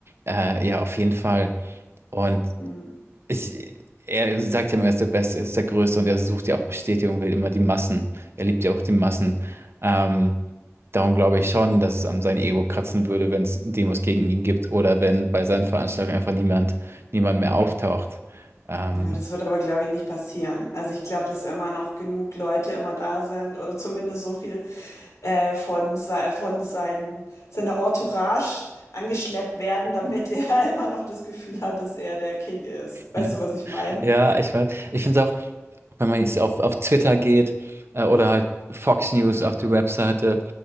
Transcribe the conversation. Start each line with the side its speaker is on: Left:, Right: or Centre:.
Right: Äh, ja, auf jeden Fall. Und
Left: Hm.
Right: ich, er sagt ja immer, er ist der Beste, er ist der Größte und er sucht ja auch Bestätigung, will immer die Massen. Er liebt ja auch die Massen. Ähm, Darum glaube ich schon, dass es an sein Ego kratzen würde, wenn es Demos gegen ihn gibt oder wenn bei seinen Veranstaltungen einfach niemand, niemand mehr auftaucht. Ähm,
Left: Ja, das wird aber, glaube ich, nicht passieren. Also ich glaube, dass immer noch genug Leute immer da sind oder zumindest so viel äh, von, sei- von sein, seiner Entourage angeschleppt werden, damit er <laughs> immer noch das Gefühl hat, dass er der King ist. Weißt
Right: Ja,
Left: du, was ich meine?
Right: Ja, ich weiß. Ich finde es auch, wenn man jetzt auf, auf Twitter geht äh, oder halt Fox News auf die Webseite,